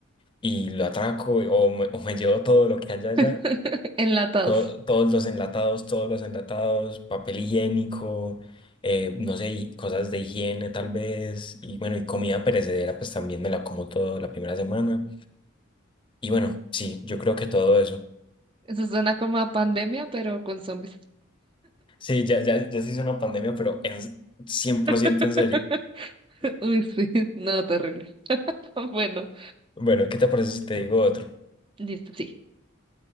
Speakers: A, on the left; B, on the right.
A: y lo atraco o me, o me llevo todo lo que haya allá,
B: <laughs> Enlatados.
A: to- todos los enlatados, todos los enlatados, papel higiénico, eh, no sé, y cosas de higiene tal vez, y bueno, y comida perecedera, pues también me la como todo la primera semana. Y bueno, sí, yo creo que todo eso.
B: Eso suena como a pandemia, pero con zombies.
A: Sí, ya, ya, ya se hizo una pandemia, pero en 100%
B: <laughs>
A: en serio.
B: <laughs> Uy, sí, no, terrible. <laughs> Bueno,
A: Bueno, ¿qué te parece si te digo otro?
B: listo, sí.